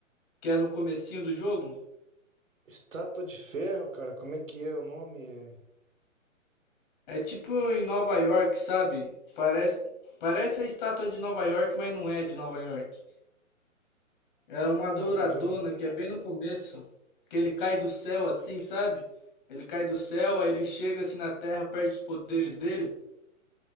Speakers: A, on the left; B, on the right.
A: que é no comecinho do jogo.
B: Estátua de Ferro, cara, como é que é o nome? É,
A: É tipo em Nova York, sabe? Parece parece a estátua de Nova York, mas não é de Nova York. É
B: Hum,
A: uma douradona
B: rapaz, eu-
A: que é bem no começo, que ele cai do céu assim, sabe? Ele cai do céu, aí ele chega assim na Terra, perde os poderes dele.